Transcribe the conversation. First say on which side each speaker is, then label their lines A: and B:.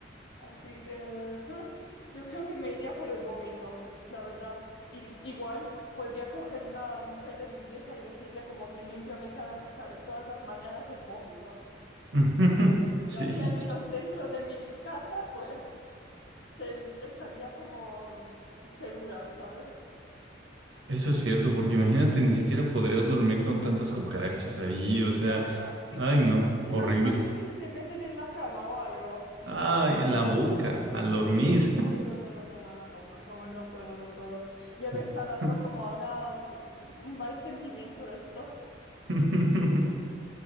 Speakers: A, on the left; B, on the right.
A: Así que <laughs> ujú, yo creo que me iría por el vómito, la verdad. Y, igual podría coger una mujer de limpieza y decirle como que límpiame cada- ca- todas las mañanas el vómito.
B: <laughs> Sí,
A: Pero así al menos dentro de mi casa, pues te- estaría como segura, ¿sabes?
B: eso es cierto, porque imagínate, ni siquiera podrías dormir con tantas cucarachas ahí, o sea,
A: Ya, ya. Uy,
B: ay, no,
A: imagínate
B: horrible.
A: que se te meten en la cama o algo.
B: Ay, en la boca, al dormir. <laughs>
A: Uy, no, no, no, no, no, no, no, por favor, no puedo, no puedo.
B: Sí.
A: Ya me está dando
B: <laughs>
A: como ahora uh, un mal sentimiento esto.
B: Está